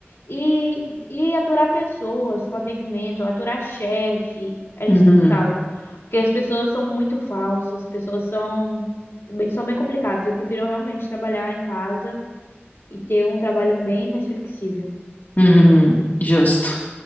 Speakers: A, on the left; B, on the left.
A: E, e aturar pessoas com atendimento, aturar chefe é
B: Uhum,
A: insuportável. Porque as pessoas são muito falsas, as pessoas são, bem- são bem complicadas. Eu prefiro realmente trabalhar em casa e ter um trabalho bem mais flexível,
B: uhum,
A: né?
B: justo.